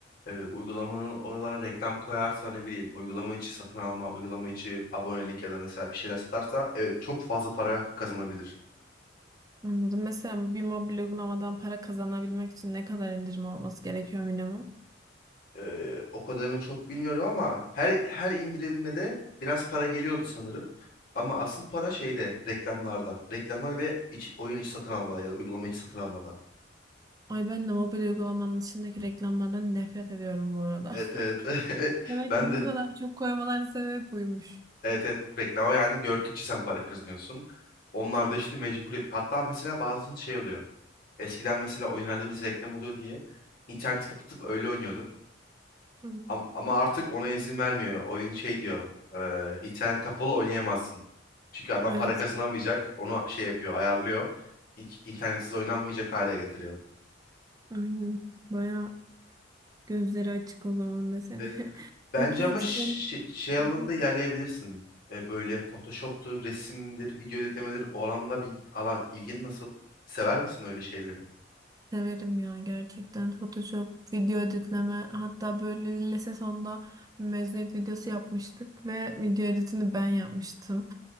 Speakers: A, on the left; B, on the right.
A: e, uygulamanın oralara reklam koyarsa ne bileyim uygulama içi satın alma, uygulama içi abonelik ya da mesela bir şeyler satarsa evet çok fazla para kazanabilir.
B: Anladım. Mesela bir mobil uygulamadan para kazanabilmek için ne kadar indirim olması gerekiyor minimum?
A: E, o kadarını çok bilmiyorum ama her her indirilmede biraz para geliyordu sanırım. Ama asıl para şeyde reklamlarda. Reklamlar ve iç- oyun içi satın almada ya da uygulama içi satın almada.
B: Ay ben de mobil uygulamanın içindeki reklamlardan nefret ediyorum bu arada.
A: Evet evet.
B: <laughs>
A: <laughs>
B: Belki
A: Ben
B: bu
A: de
B: kadar çok koymaların sebebi buymuş.
A: Evet evet reklama yani gördükçe sen para kazanıyorsun. Onlar da işte mecbur yapıyor. Hatta mesela bazen şey oluyor. Eskiden mesela oyunlarda biz reklam oluyor diye interneti kapatıp öyle oynuyorduk.
B: Hı hı.
A: Am- Ama artık ona izin vermiyor. Oyun şey diyor. eee, internet kapalı oynayamazsın. Çünkü adam
B: Evet,
A: para kazanamayacak. Onu şey yapıyor, ayarlıyor. İn- internetsiz oynanmayacak hale getiriyor.
B: aynen. Baya gözleri açık o zaman desene.
A: Evet
B: <laughs>
A: Bence
B: Peki
A: ama
B: hiç
A: şey,
B: böyle...
A: şey alanında
B: Hı hı.
A: ilerleyebilirsin. E, böyle Photoshop'tur, resimdir, video editlemedir. O alanda bil, ala, ilgin nasıl? Sever misin öyle şeyleri?
B: Severim ya gerçekten Photoshop video editleme hatta böyle lise sonunda mezuniyet videosu yapmıştık ve video editini ben yapmıştım.